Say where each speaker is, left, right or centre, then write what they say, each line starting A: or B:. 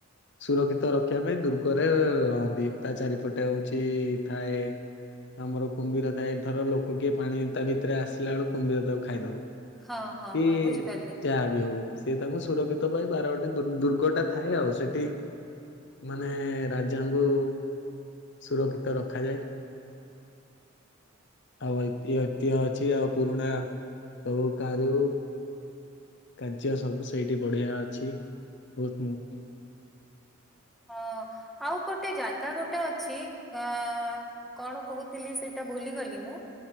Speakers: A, on the left; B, in the centre.
A: ସୁରକ୍ଷିତ ରଖିବା ପାଇଁ ଦୁର୍ଗରେ ରହନ୍ତି ତା ଚାରିପଟେ ହଉଛି ଥାଏ ଆମର କୁମ୍ଭୀର ଥାଏ ଧର ଲୋକ କିଏ ପାଣି ତା ଭିତରେ ଆସିଲାବେଳକୁ କୁମ୍ଭୀର ତାକୁ ଖାଇଦବ।
B: ହଁ ହଁ
A: କିଏ
B: ହଁ ବୁଝିପାରିଲି
A: ଯା ବି ହଉ। ସେ ତାକୁ ସୁରକ୍ଷିତ ପାଇଁ ବାରବାଟି ଦୁ ଦୁର୍ଗଟା ଥାଏ ଆଉ। ସେଟି ମାନେ ରାଜାଙ୍କୁ ସୁରକ୍ଷିତ ରଖାଯାଏ। ଆଉ ଐତି ଐତିହ୍ୟ ଅଛି ଆଉ ପୁରୁଣା ସବୁ କାରୁ କାର୍ଯ୍ୟ ସବୁ ସେଇଠି ବଢିଆ ଅଛି। ବହୁତ ମୁଁ
B: ହଁ ଆଉ ଗୋଟେ ଜାଗା ଗୋଟେ ଅଛି ଅ କଣ କହୁଥିଲି ସେଟା ଭୁଲିଗଲି ମୁଁ।